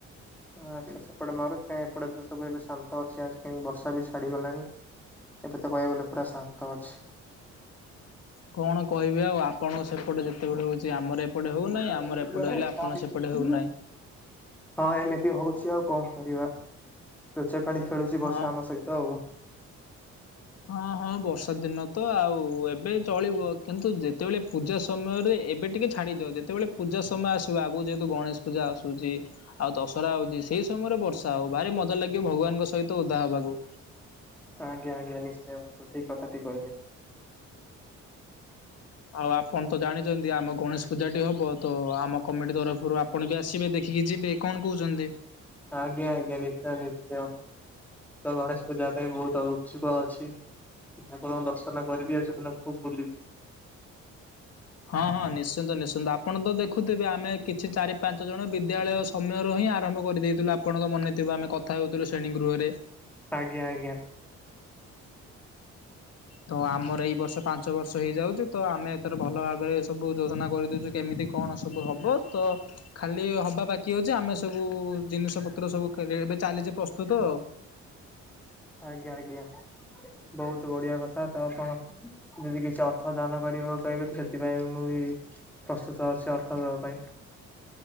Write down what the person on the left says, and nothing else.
କଣ କହିବି ଆଉ। ଆପଣଙ୍କ ସେପଟେ ଯେତେବେଳେ ହଉଛି ଆମର ଏପଟେ ହଉନାହିଁ
ଆମର
ଏପଟେ
ହେଲେ ଆପଣ ସେପଟେ ହଉନାହିଁ।
ହଁ।
ହଁ ହଁ ବର୍ଷା ଦିନ ତ ଆଉ ଏବେ ଚଳିବ। କିନ୍ତୁ ଯେତେବେଳେ ପୂଜା ସମୟରେ ଏବେ ଟିକେ ଛାଡି ଦିଅ ଯେତେବେଳେ ପୂଜା ସମୟ ଆସିବ। ଆଗକୁ ଯେହେତୁ ଗଣେଶ ପୂଜା ଆସୁଛି ଆଉ ଦଶହରା ଆଉଛି ସେଇ ସମୟରେ ବ ବର୍ଷା ହଉ ଭାରି ମଜା ଲାଗିବ ଭଗବାନଙ୍କ ସହିତ ଓଦା ହବାକୁ।
ଆଉ ଆପଣ ତ ଜାଣିଛନ୍ତି ଆମ ଗଣେଶ ପୂଜାଟି ହବ। ତ ଆମ କମିଟି ତରଫରୁ ଆପଣ ବି ଆସିବେ ଦେଖିକି ଯିବେ କଣ କହୁଛନ୍ତି?
ହଁ ହଁ ନିଶ୍ଚିନ୍ତ ନିଶ୍ଚିନ୍ତ ଆପଣ ତ ଦେଖୁଥିବେ ଆମେ କିଛି ଚାରି ପାଞ୍ଚ ଜଣ ବିଦ୍ୟାଳୟ। ସମୟରୁ ହିଁ ଆରମ୍ଭ କରିଦେଇଥିଲୁ ଆପଣଙ୍କର ମନେ ଥିବ ଆମେ କଥା ହେଉଥିଲୁ ଶ୍ରେଣୀ ଗୃହରେ।
ତ ଆମର ଏଇ ବର୍ଷ ପାଞ୍ଚ ବର୍ଷ ହେଇଯାଉଛି ତ ଆମେ ଏଥର ଭଲ ଭାବରେ ସବୁ ଯୋଜନା କରିଦଉଛୁ। କେମିତି କଣ ସବୁ ହବ ତ ଖାଲି ହବା ବାକି ବାକି ଅଛି ଆମେ ସବୁ ଜିନିଷ ପତ୍ର ସବୁ ଏବେ ଚାଲିଛି ପ୍ରସ୍ତୁତ ଆଉ